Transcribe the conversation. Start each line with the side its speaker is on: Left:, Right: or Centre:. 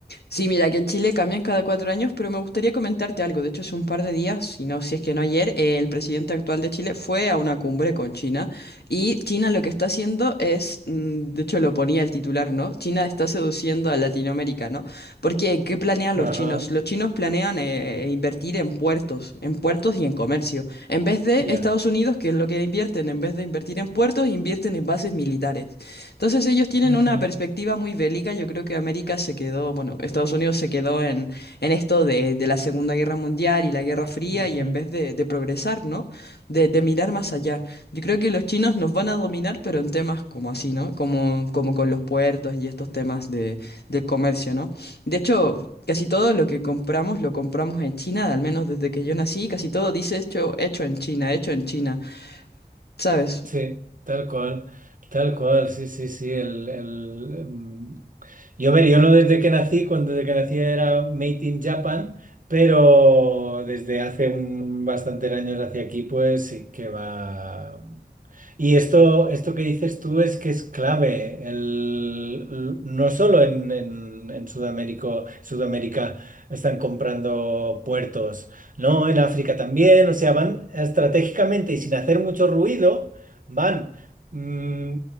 Left: Sí, mira, que en Chile cambian cada cuatro años, pero me gustaría comentarte algo. De hecho, hace un par de días, si no, si es que no ayer, eh, el presidente actual de Chile fue a una cumbre con China y China lo que está haciendo es, mm, de hecho lo ponía el titular, ¿no? China está seduciendo a Latinoamérica, ¿no? Porque, ¿qué planean
Right: Ajá,
Left: los chinos? Los chinos planean eh, invertir en puertos, en puertos y en comercio. En vez de
Right: ya.
Left: Estados Unidos, que es lo que invierten, en vez de invertir en puertos, invierten en bases militares. Entonces ellos tienen
Right: Ujú,
Left: una perspectiva muy bélica. Yo creo que América se quedó, bueno, Estados Unidos se quedó en, en esto de, de la Segunda Guerra Mundial y la Guerra Fría
Right: ujú.
Left: y en vez de, de progresar, ¿no? De, de mirar más allá. Yo creo que los chinos nos van a dominar, pero en temas como así, ¿no? Como, como con los puertos y estos temas de, del comercio, ¿no? De hecho... Casi todo lo que compramos lo compramos en China, al menos desde que yo nací, casi todo dice hecho, hecho en China, hecho en China. ¿Sabes?
Right: Sí, tal cual, tal cual, sí, sí, sí. El, el, mm, Yo, a ver, yo no desde que nací, cuando desde que nací era Made in Japan, pero desde hace un, bastantes años hacia aquí, pues sí que va. Y esto, esto que dices tú es que es clave, el, l- no solo en, en, en Sudamérica, Sudamérica están comprando puertos, ¿no? En África también, o sea, van estratégicamente y sin hacer mucho ruido van, mm,